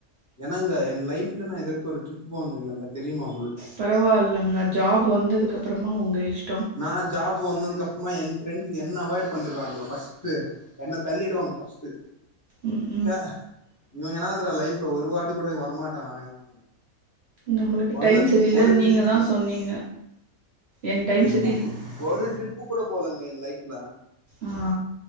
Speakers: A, on the left; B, on the right.
A: என்னங்க என் லைஃப்ல நா இதுவர்கு ஒரு ட்ரிப்பு போன்தில்லங்க தெரியுமா உ
B: பரவால்லங்க ஜாப் வந்ததுக்கப் புறமா உங்க இஷ்
A: நா ஜாப்பு வந்தன் கப்புமா என் ஃப்ரெண்ட்ஸ் என்ன அவாய்ட் பண்ணிர்றாங்க ஃபர்ஸ்ட்டு என்ன தள்ளிடுவாங் ஃபர்ஸ்ட்டு
B: ம் ம்
A: ச்ச இவுனுங்க <unintelligible> துற லைஃப்ல ஒரு வாட்டி கூட இவ வரமாட்டானா இவ <inaudible>
B: நம்முளுக்கு
A: ஒன்னன்
B: டைம் சரியில்லன்
A: ஒரு ட்ரிப்புக்கு
B: நீங்க தா சொன்னீங்க என் டைம் ச
A: ப்புக்கு ஒரு ட்ரிப்பு கூட போலங்க எ ன் லைஃப்ல
B: ஆ